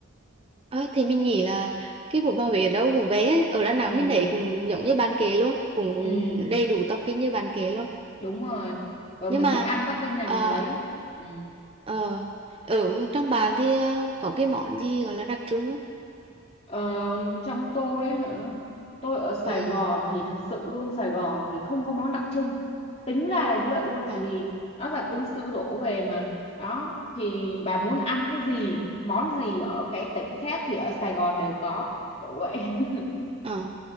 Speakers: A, on the right; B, on the left.
A: Ờ, thì mình nghĩ là cái bún bò Huế ở đâu cũng về ấy. Ở Đà Nẵng
B: ừ
A: mình thấy cũng giống như bạn kể luôn, cũng
B: ừ
A: đầy đủ topping như bạn kể luôn.
B: đúng rồi rồi
A: Nhưng
B: mình
A: mà
B: thích ăn topping nào
A: ờ,
B: mình lấy ừ
A: ờ, ở trong bàn thì ờ, có cái món gì gọi là đặc trưng không?
B: Ờ, trong tôi ấy hả tôi ở Sài
A: Ừ.
B: Gòn thì thật sự luôn Sài Gòn thì không có món đặc trưng tính ra là như vậy luôn tại
A: ờ
B: vì nó là tứ xứ đổ về mà đó thì bà muốn ăn cái gì món gì ở cái tỉnh khác thì ở Sài Gòn đều có kiểu vậy <laughs>
A: ờ